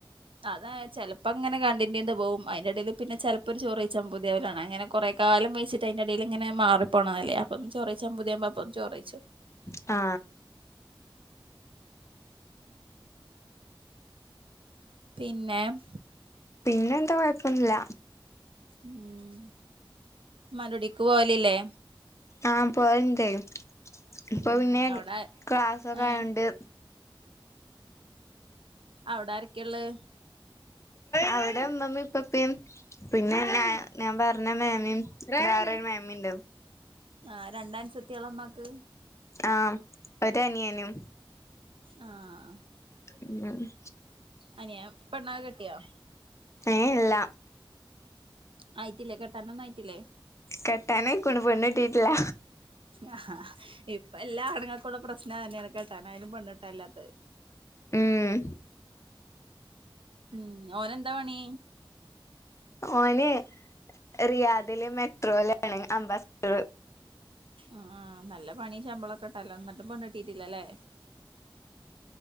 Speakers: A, on the right; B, on the left.
A: അത ചെലപ്പോ അങ്ങനെ കണ്ടിന്റെന്താ പോവും അതിന്റെ ടീൽ പിന്നെ ചെല ഇ ഒരു ചൊറൈയച്ചാൻ പൂ തി ആ കലാണ് അങ്ങനെ കുറെ കാലം വൈച്ചിട്ട് അയിന്റെ എടീൽ ഇങ്ങന മാറ്റപോണംതല്ലേ അപ്പം ചൊറൈ ച പുതിയാ ചോറയിച്ചു.
B: ആ
A: പിന്നെമ്
B: പിന്നെന്താ കൊഴപ്പൊന്ന്ല
A: ഉം മ്മാന്റുടീക്ക് പോവലില്ലെ
B: ആഹ് പോവല്ണ്ട് ഇപ്പൊ
A: ഉം
B: പിന്നെ
A: അവിടെ
B: ക്ലാസൊകായോണ്ട്
A: ഏഹ് അവ്ടാരക്കെള്ളെ
B: അവ്ടെ ഇമ്മമ്മെ ഇപ്പപ്പെം പിന്നെ ഞാ ഞാൻ പറഞ്ഞ മേമീം വേറൊരു മേമിം മിണ്ടൊ
A: ആഹ് രണ്ടൻസത്ത്യേളമ്മാക്ക്
B: ആഹ് ഒരനിയനും
A: ആഹ്
B: ഉം വേറെന്ത
A: അനിയാ പെണ്ണൊകെ കെട്ടിയൊ
B: ഏഹ് ഇല്ല
A: ആയിട്ടില്ലെ കെട്ടാനൊന്നും ആയിട്ടില്ലെ
B: കെട്ടാനായിക്ക്ണു പെണ്ണ് കിട്ടിയിട്ടില്ല
A: ആഹ് ഇപ്പെല്ലാ ആണ്ങ്ങൾക്കുള്ള പ്രശ്നതെന്നേണ് കെട്ടാനായാലും പെ കല്ലത്ത്
B: ഏഹ്
A: ഉം ഓനെന്ത പണീ
B: ഓന് റിയാദ്ല് മെട്രോലാണ് അംബാസ്ട്ടറ്
A: ആഹ് നല്ല പണീം ശമ്പളൊക്ക്ണ്ടലോന്ന്ട്ടും പെണ്ണ്ട്ടീട്ടില്ലലെ